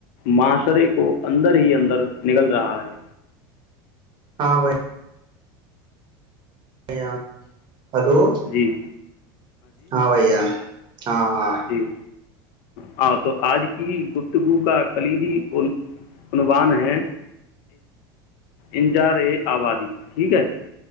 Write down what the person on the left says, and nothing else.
معاشرے کو اندر ہی اندر نگل رہا ہے
جی
جی ہاں تو آج کی گپتگو کا کلیدی عنوان ہے انجار اے آبادی ٹھیک ہے